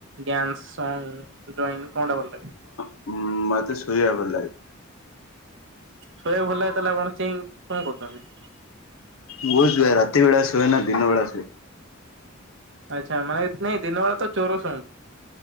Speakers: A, on the right; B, on the left.
A: ଡ୍ୟାନ୍ସ ସଙ୍ଗ ଡଇଂ କଣ ଟା ଭଲ ଲାଗେ?
B: ହଁ ମତେ ଶୋଇବା ଭଲ ଲାଗେ।
A: ଶୋଇବା ଭଲ ଲାଗେ ତାହେଲେ ଆପଣ ଚେଇ କଣ କରୁଛନ୍ତି?
B: ମୁଁ ସୁଏ ରାତି ବେଳା ସୁୁଏନା ଦିନବେଳା ଶୁଏ।
A: ଆଚ୍ଛା ମାନେ ନାଇଁ ଦିନବେେଳେ ତ ଚୋର ଶୁଅ